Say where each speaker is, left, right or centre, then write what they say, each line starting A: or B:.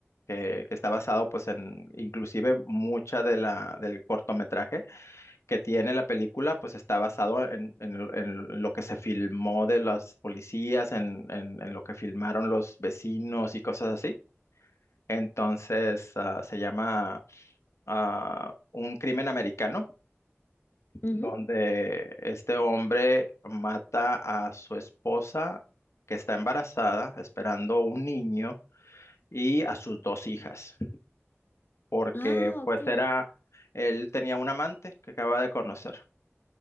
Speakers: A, on the left; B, on the left.
A: que, que está basado pues en, inclusive mucha de la, del cortometraje que tiene la película, pues está basado en, en, el- en lo que se filmó de las policías, en, en, en lo que filmaron los vecinos y cosas así. Entonces, ah, se llama ah, Un crimen americano
B: ujú.
A: donde este hombre mata a su esposa que está embarazada, esperando un niño, y a sus dos hijas, porque
B: Ah,
A: pues
B: ok.
A: era, él tenía un amante que acaba de conocer.